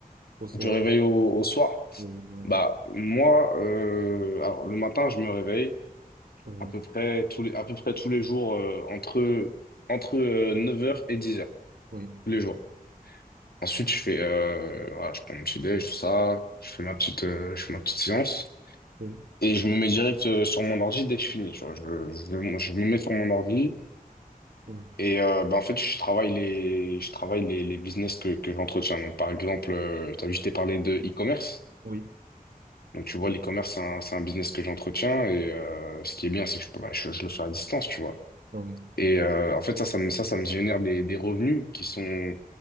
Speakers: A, on the right; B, on the left.
A: au soir.
B: Du réveil au, au soir.
A: Oui, du réveil
B: Bah,
A: au-
B: moi, euh, alors, le matin, je me réveille
A: Oui,
B: à peu près tous les, à peu près tous les jours euh, entre, entre euh, neuf heures et dix heures
A: oui,
B: tous les jours. Ensuite, je fais, euh, voilà, je prends mon petit déj, tout ça, je fais ma petite, euh, je fais ma petite séance
A: oui,
B: et je me mets direct euh, sur mon ordi dès que je finis. tu vois. je, je, moi, je me mets sur mon ordi
A: oui,
B: et euh, bah, en fait, je travaille les, je travaille les, les business que, que j'entretiens. Donc, par exemple, euh, tu as vu, je t'ai parlé de e-commerce.
A: oui,
B: Donc, tu vois, l'e-commerce, c'est un, c'est un business que j'entretiens et euh, ce qui est bien, c'est que je peux, bah, je, je le fais à distance, tu vois.
A: ah oui.
B: Et euh, en fait, ça, ça me, ça, ça me génère des, des revenus qui sont,